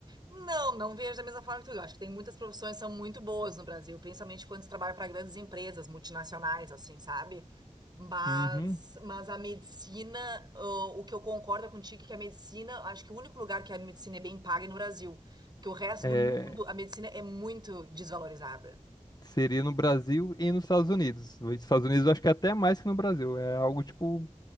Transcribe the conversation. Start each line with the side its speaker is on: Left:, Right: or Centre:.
Right: Não, não vejo da mesma forma que tu. Eu acho que tem muitas profissões que são muito boas no Brasil, principalmente quando se trabalha para grandes empresas multinacionais, assim, sabe? Mas,
Left: Uhum.
Right: mas a medicina, o o que eu concordo contigo é que a medicina, acho que o único lugar que a medicina é bem paga é no Brasil, porque o resto
Left: É,
Right: do mundo a medicina é muito desvalorizada.
Left: seria no Brasil e nos Estados Unidos. Nos Estados Unidos eu acho que é até mais que no Brasil. É algo, tipo,